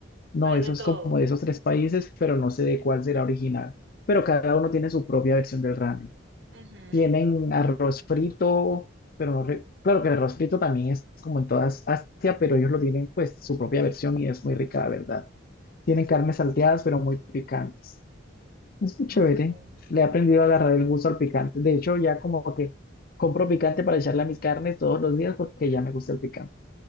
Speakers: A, on the left; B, on the right.
A: No,
B: pero
A: eso
B: es de todo.
A: es como de esos tres países, pero no sé de cuál será original. Pero cada uno tiene su propia versión del ramen.
B: Ujú.
A: Tienen arroz frito, pero no re- claro que el arroz frito también es como en todas Asia, pero ellos lo tienen pues su propia versión y es muy rica, la verdad. Tienen carnes salteadas, pero muy picantes. Es muy chévere.
B: Okay.
A: Le he aprendido a agarrar el gusto al picante. De hecho, ya como que compro picante para echarle a mis carnes todos los días porque ya me gusta el picante.